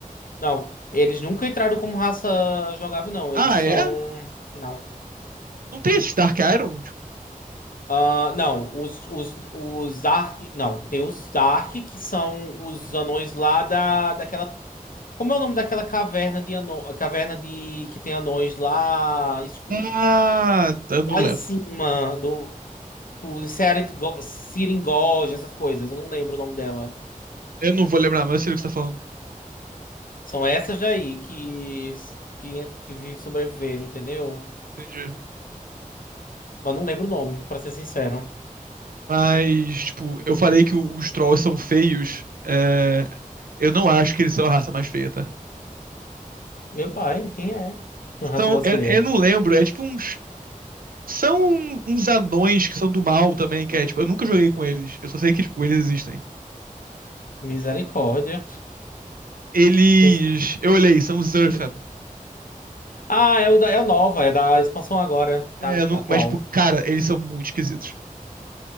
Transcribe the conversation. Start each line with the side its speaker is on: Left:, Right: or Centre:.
Left: Não, eles nunca entraram como raça jogável, não.
Right: Ah,
Left: Eles são.
Right: é?
Left: Não.
Right: Não tem esses Dark Iron? Tipo,
Left: Ah, não, os, os, os Dark. Não, tem os Dark, que são os anões lá da, daquela. Como é o nome daquela caverna de anões? A caverna de que tem anões lá, escu-
Right: ah, eu não
Left: lá
Right: lembro.
Left: em cima, do por Seringo- Seringoja, essas coisas. Eu não lembro o nome dela.
Right: Eu não vou lembrar, mas eu sei do que você tá falando.
Left: São essas daí que, que, que vive- sobreviveram, entendeu?
Right: Entendi.
Left: Mas não lembro o nome, pra ser sincero.
Right: Mas, tipo, eu falei que o- os trolls são feios. é, Eu não acho que eles são a raça mais feia, tá?
Left: Meu pai, quem é? A raça
Right: São,
Left: mais
Right: eu,
Left: feia.
Right: eu não lembro, é tipo uns. São uns anões que são do mal também, que é tipo, eu nunca joguei com eles. Eu só sei que, tipo, eles existem.
Left: Misericórdia.
Right: Eles.
Left: <laughs>
Right: Eu olhei, são os Zerfan.
Left: Ah, é o da, é o nova, é da expansão agora,
Right: É,
Left: tá
Right: eu não-
Left: atual.
Right: mas, tipo, cara, eles são muito esquisitos.